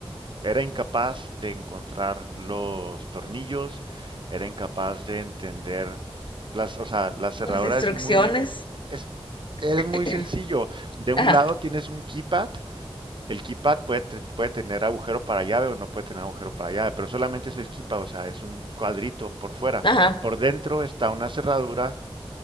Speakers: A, on the right; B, on the left.
A: era incapaz de encontrar los tornillos, era incapaz de entender las, o sea, la cerradura
B: Las instrucciones.
A: es muy, es, es
B: <clears throat>
A: muy sencillo. De un
B: Ajá,
A: lado tienes un keypad, el keypad puede, te- puede tener agujero para llave o no puede tener agujero para llave, pero solamente es el keypad, o sea, es un cuadrito por fuera.
B: ajá,
A: Por dentro está una cerradura